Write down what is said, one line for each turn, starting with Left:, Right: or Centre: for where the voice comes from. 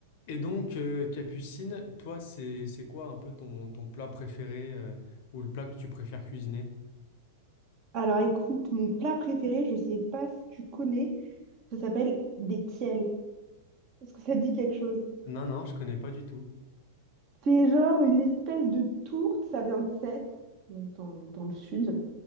Left: Et donc, euh, Capucine, toi, c'est c'est quoi un peu ton, ton plat préféré euh, ou le plat que tu préfères cuisiner?
Right: Alors écoute, mon plat préféré, je sais pas si tu connais, ça s'appelle des tiels. Est-ce que ça te dit quelque chose?
Left: Non, non, je connais pas du tout.
Right: C'est genre une espèce de tourte, ça vient de Sète, donc dans, dans le sud.